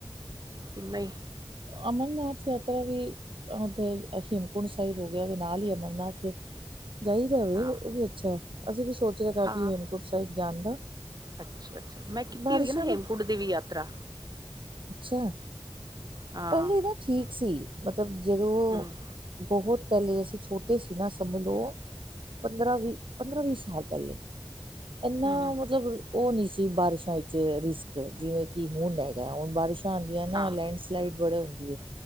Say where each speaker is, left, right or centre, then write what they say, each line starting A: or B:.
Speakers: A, on the right; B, on the right.
A: ਕਿ ਨਹੀਂ।
B: ਅਮਰਨਾਥ ਯਾਤਰਾ ਵੀ ਉੱਥੇ ਹੇਮਕੁੰਡ ਸਾਹਿਬ ਹੋ ਗਿਆ ਉਹਦੇ ਨਾਲ ਹੀ ਅਮਰਨਾਥ ਏ। ਚਹੀਦਾ ਹੋਵੇ
A: ਹਾਂ
B: ਉਹ ਵੀ ਅੱਛਾ ਹੈ ਅਸੀਂ ਵੀ ਸੀ। ਸੋਚ ਰਿਹਾ ਕਾਫੀ
A: ਹਾਂ
B: ਹੇਮਕੂਟ ਸਾਹਿਬ ਜਾਣ ਦਾ।
A: ਅੱਛਾ ਅੱਛਾ। ਮੈਂ ਕੀਤੀ
B: ਬਾਰਿਸ਼ਾਂ
A: ਹੋਈ ਹੈ ਨਾ ਹੇਮਕੁੰਡ
B: ਤੋਂ
A: ਦੀ ਵੀ ਯਾਤਰਾ
B: ਅੱਛਾ
A: ਹਾਂ
B: ਪਹਿਲੇ ਨਾ ਠੀਕ ਸੀ, ਮਤਲਬ ਜਦੋਂ
A: ਹਮ
B: ਬਹੁਤ ਪਹਿਲੇ ਅਸੀਂ ਛੋਟੇ। ਤੁਸੀ ਸੀ ਨਾ ਸਮਝ ਲੋ ਪੰਦਰਾਂ ਵੀਹ ਪੰਦਰਾਂ ਵੀਹ ਸਾਲ ਪਹਿਲੇ। ਇੰਨਾ
A: ਹਮ
B: ਮਤਲਬ ਉਹ ਨਹੀਂ ਸੀ। <unintelligible> ਵਿੱਚ ਰਿਸਕ ਜਿਵੇਂ ਕਿ ਹੁਣ ਹੈਗਾ ਹੁਣ ਬਾਰਿਸ਼। ਤਾਂਦੀਆ ਨਾ
A: ਹਾਂ
B: ਲੈਂਡਸਲਾਈਡ ਬੜੇ। <unintelligible>